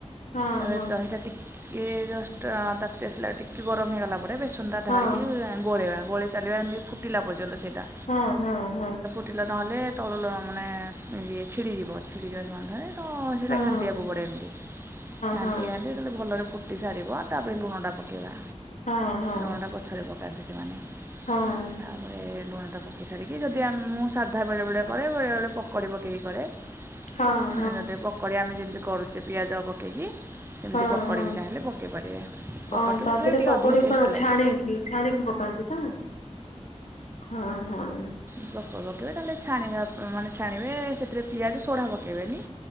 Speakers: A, on the left (about 85°); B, on the right (about 20°).
A: ହଁ
B: ତାପରେ
A: ହଁ
B: ଦହିଟା ଟିକେ ଟିକେ ଜଷ୍ଟ ତାତି ଆସିଲା ଟିକେ ଗରମ ହେଇଗଲା ପରେ ବେସନ ଟା
A: ହଁ
B: ଢାଳିକି ଗୋଳେଇବା, ଗୋଲେଇକି ଚାଲିବା ଏମତି ଫୁଠିଲା ପର୍ଯ୍ୟନ୍ତ ସେଇଟା।
A: ହଁ ହଁ ହଁ।
B: ଟିଲ ନହେଲେ ତଳୁ ମାନେ ଏ ଛିଡ଼ିଯିବ ଛିଡ଼ିଯିବ ସମ୍ବନ୍ଧରେ ତ ସେଇଟା
A: ହଁ
B: ଘାଣ୍ଟିିବାକୁ ପଡେ ଏମିତି ଘାଣ୍ଟି
A: ହଁ ହଁ।
B: ଘାଣ୍ଟି ତା ଭଲରେ ଫୁଟି ସାରିବ ତା ପରେ ଲୁଣଟା ପକେଇବା।
A: ହଁ ହଁ
B: ଲୁଣଟା ପଛରେ ପକାନ୍ତି ସେମାନେ।
A: ହଁ।
B: ତାପରେ ଲୁଣଟା ପକେଇ ସାରିକି ଯଦି ଆ ମୁଁ ସାଧା ବେଳେବେଳେ କରେ ବେଳେବେଳେ ପକୁଡି ପକେଇ କରେ।
A: ହଁ
B: <unintelligible> ପକୋଡ଼ି ଆମେ ଯେମିତି କରୁଛେ ପିଆଜ ପକେଇକି ସେମିତି
A: ହଁ
B: ପକୋଡି
A: ହଁ।
B: ବି ଚାହିଁଲେ ପକାଇ ପାରିବା ପକୋଡ଼
A: ଓ ତା
B: ପକେଇବା
A: ଦେହରେ
B: ଟିକେ
A: ପକୋଡି
B: ଅଧିକା ଟେଷ୍ଟ।
A: କଣ
B: ଲାଗେ
A: ଛାଣିକି ଛାଣିକି ପକାନ୍ତି ତ ହଁ ହଁ।
B: ପୋକ ପକେଇବେ ତାହେଲେ ଛାଣିବେ ମାନେ ଛାଣିବେ ସେଥିରେ ପିଆଜ ସୋଢା ପକେଇବେନି।